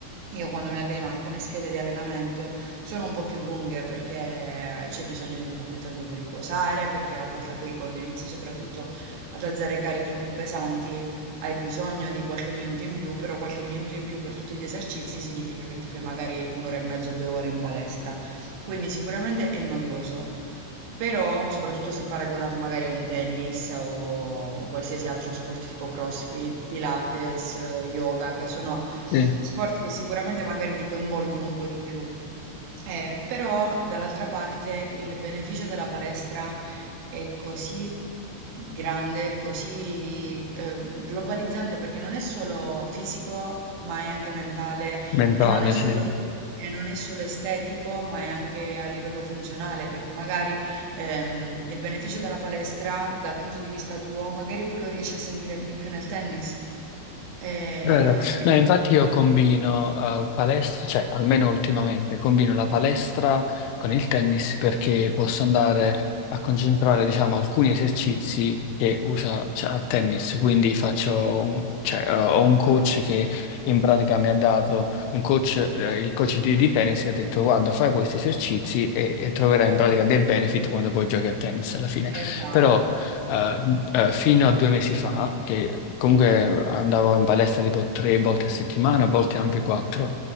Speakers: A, on the right (about 60°); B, on the left (about 85°).
A: io quando mi alleno alcune schede di allenamento, sono un po' più lunghe perché c'è bisogno di un po' più tempo per riposare, perché a volte poi quando inizi soprattutto ad alzare carichi più pesanti hai bisogno di qualche minuto in più, però qualche minuto in più per tutti gli esercizi significa che ti fai magari un'ora e mezzo, due ore in palestra. Quindi sicuramente è noioso. Però, soprattutto se paragonato magari a un tennis o qualsiasi altro sport tipo CrossFit, Pilates, eh, yoga, che sono
B: Sì,
A: sport che sicuramente magari ti coinvolgono un po' di più. Eh, però, dall'altra parte, il beneficio della palestra è così grande, così eh, globalizzante, perché non è solo fisico, ma è anche mentale
B: mentale,
A: e non è solo
B: sì.
A: e non è solo estetico, ma è anche a livello funzionale, perché magari Ehm, il beneficio della palestra, dal punto di vista tuo, magari poi lo riesci a sentire di più nel tennis. Eh,
B: Vero.
A: e-
B: No, infatti io combino eh, palestra, cioè almeno ultimamente, combino la palestra con il tennis perché posso andare a concentrare, diciamo, alcuni esercizi che usa, cioè, a tennis. Quindi faccio un, cioè, eh, ho un coach che in pratica mi ha dato un coach, eh, il coach di, di tennis, e ha detto: Guarda, fai questi esercizi e, e troverai
A: eh,
B: in pratica dei benefit quando poi giochi a tennis alla fine.
A: esatto,
B: Però
A: esatto.
B: eh, eh, fino a due mesi fa, che comunque andavo in palestra tipo tre volte a settimana, a volte anche quattro.